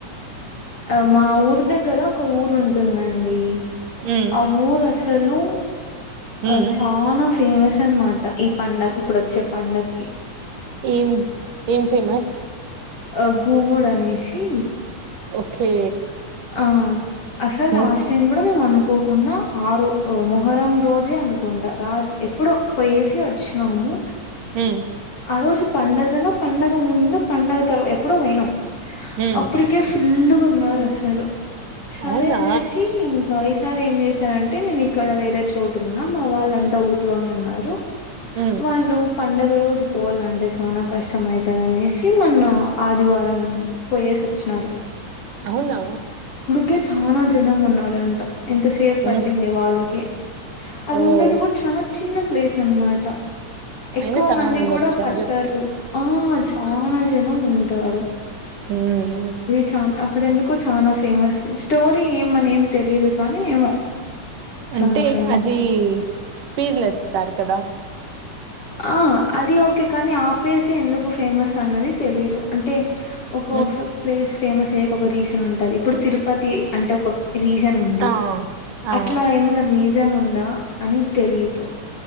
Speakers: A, on the left; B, on the right.
A: ఆ మా ఊరు దగ్గర ఒక ఊరు ఉంటుందండి
B: ఉమ్
A: ఆ ఊర్ అసలు
B: ఉమ్
A: అ చానా ఫేమస్ అనమాట ఈ పండగ ఇప్పుడు వచ్చే పండక్కి
B: ఏం ఏం ఫేమస్
A: ఆ గూగుడు అనేసి
B: ఓకే
A: ఆ అసలు లాస్ట్
B: ఉమ్
A: టైం కూడా మేము అనుకో కోకుండా ఆరో మొహరం రోజే అనుకుంటా రా ఎప్పుడో పోయేసి వచ్చినాము
B: ఉమ్
A: ఆ రోజు పండుగనో పండగ ముందు పండగ తర ఎప్పుడో పోయినాం
B: ఉమ్
A: అప్పటికే ఫుల్గా ఉన్నారు అసలు సరే
B: అవునా
A: అనేసి ఇం ఇంకా ఈసారి ఏం చేసినారంటే నేను ఇక్కడ వేరే చోట ఉన్నా మా వాళ్ళంతా ఊర్లోనే ఉన్నారు
B: ఉమ్
A: వాళ్ళు పండగ రోజు పోవాలంటే చానా కష్టంమయితది అనేసి మన్న ఆదివారం పోయేసి వచ్చినారు
B: అవునా
A: కే చానా జనం ఉన్నారంట ఎంతసేపు పట్టింది
B: ఉమ్
A: వాళ్ళకే అది
B: ఓ
A: ఉండేది కూడా చానా చిన్న ప్లేస్ అనమాట ఎక్కువ
B: అయినా చాలా
A: మంది కూడా
B: వచ్చారు
A: పట్టారు ఆ చానా జనం ఉంటారు
B: ఉమ్
A: చ అక్కడ ఎందుకో చానా ఫేమస్ స్టోరీ ఏమని ఏం తెలిదు కానీ ఏమో చనా
B: అంటే
A: ఫేమస్
B: అది పీర్లు ఎత్తుతారు కదా
A: ఆ అది ఓకే కానీ ఆ ప్లేస్ ఎందుకు ఫేమస్ అన్నది తెలీదు అంటే ఒక
B: ఉమ్
A: ప్లేస్ ఫేమస్ అయ్యక ఒక రీజన్ వుంటది వుంటది ఇప్పుడు తిరుపతి అంటే ఒక రీజన్ ఉంది
B: ఆ ఆ
A: అట్లా ఏమైనా రీ రాజన్ ఉందా అని తెలియదు